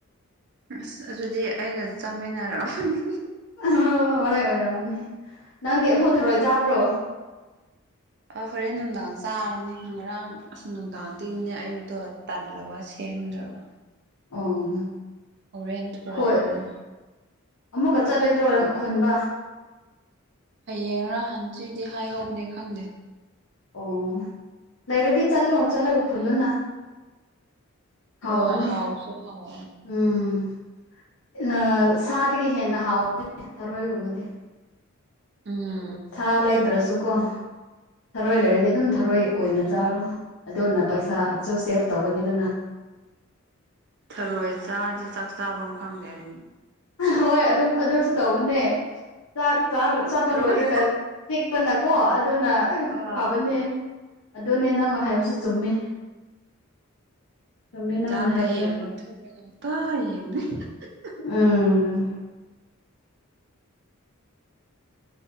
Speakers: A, on the right (about 50°); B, on the left (about 75°).
A: ꯑꯁ ꯑꯗꯨꯗꯤ ꯑꯩꯒ ꯆꯥꯃꯤꯟꯅꯔꯝꯃꯅꯤ <unintelligible>
B: ꯑꯍ ꯍꯣꯏ ꯑꯣꯏꯔꯝꯒꯅꯤ ꯅꯪꯗꯤ ꯑꯃꯨꯛ ꯊꯔꯣꯏ ꯆꯥꯕ꯭ꯔꯣ
A: ꯑꯥ ꯍꯣꯔꯦꯟ ꯅꯨꯡꯗꯥꯡ ꯆꯥꯔꯅꯤ ꯉꯔꯥꯡ ꯑꯁ ꯅꯨꯡꯗꯥꯡ ꯇꯤꯡ ꯃꯤꯅꯦ ꯑꯌꯨꯛꯇꯣ ꯇꯜꯂꯕ ꯁꯦꯝꯗ꯭ꯔꯕ
B: ꯑꯣ ꯑꯉꯥꯡ
A: ꯍꯣꯔꯦꯟ ꯊꯣꯡꯉꯅꯤ
B: ꯈꯣꯏ ꯑꯃꯨꯛꯀ ꯆꯠꯂꯣꯏꯗ꯭ꯔꯣ ꯅꯪ ꯈꯨꯟꯕ
A: ꯍꯌꯦꯡꯔ ꯍꯥꯟꯆꯤꯠꯗꯤ ꯍꯥꯏꯍꯧꯕꯅꯤ ꯈꯪꯗꯦ
B: ꯑꯣ ꯂꯩꯔꯗꯤ ꯆꯠꯂꯣ ꯆꯠꯂꯒ ꯈꯨꯜꯂꯨꯅ ꯍꯥꯎꯕꯅꯦ
A: ꯑꯣ ꯍꯥꯎꯁꯨ ꯍꯥꯎ
B: ꯎꯝ ꯑ ꯁꯥꯗꯒꯤ ꯍꯦꯟꯅ ꯍꯥꯎ <inaudible> ꯊꯔꯣꯏꯒꯨꯝꯕꯗꯤ
A: ꯎꯝ
B: ꯁꯥ ꯂꯩꯗ꯭ꯔꯁꯨꯀꯣ ꯊꯔꯣꯏ ꯂꯩꯔꯗꯤ ꯑꯗꯨꯝ ꯊꯔꯣꯏ ꯑꯣꯏꯅ ꯆꯥꯔꯣ ꯑꯗꯨꯅ ꯄꯩꯁꯥ ꯁꯨ ꯁꯦꯞ ꯇꯧꯒꯅꯤꯗꯅ
A: ꯊꯔꯣꯏ ꯆꯥꯔꯗꯤ ꯆꯥꯛ ꯆꯥꯕꯝ ꯈꯪꯗꯦ ꯑꯩꯗꯤ
B: ꯍꯣꯏ ꯑꯗꯨꯝ ꯑꯗꯨꯁꯨ ꯇꯧꯕꯅꯦ ꯆꯥꯛ ꯆꯥꯜ ꯆꯥꯕ
A: ꯊꯔꯣꯏ
B: ꯂꯣꯏꯔꯒ ꯆꯤꯛꯄꯅꯀꯣ ꯑꯗꯨꯅ ꯎꯐ
A: ꯑꯥ
B: ꯐꯕꯅꯦ꯫ ꯑꯗꯨꯅꯦ ꯅꯪꯅ ꯍꯥꯏꯕꯁꯨ ꯆꯨꯝꯃꯦ ꯆꯨꯝꯃꯦ ꯅꯪꯅ
A: ꯆꯥꯛꯇ
B: ꯍꯥꯏꯕꯗꫭ
A: <unintelligible>
B: ꯎꯝ